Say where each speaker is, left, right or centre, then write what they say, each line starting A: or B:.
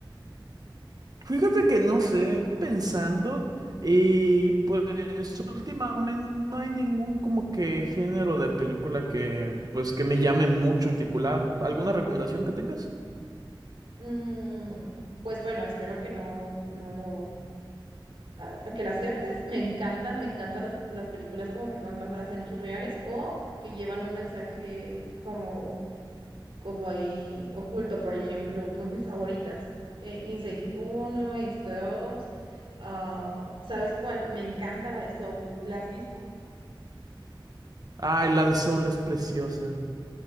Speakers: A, on the right (about 50°); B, on the right (about 85°).
A: Fíjate que no sé, pensando y pues últimamente no hay ningún como que género de película que pues que me llame mucho en particular. ¿Alguna recomendación que tengas?
B: Mm, pues bueno, espero que no, no lo, a- que la aceptes. Me encantan, me encantan las, las películas como que son basadas en hechos reales o que llevan un mensaje como como ahí oculto, por ejemplo, pues mis favoritas, eh, Inside uno Inside dos ah, ¿sabes cuál? Me encanta la de Soul, ¿la has visto?
A: Ay, la de Soul es preciosa.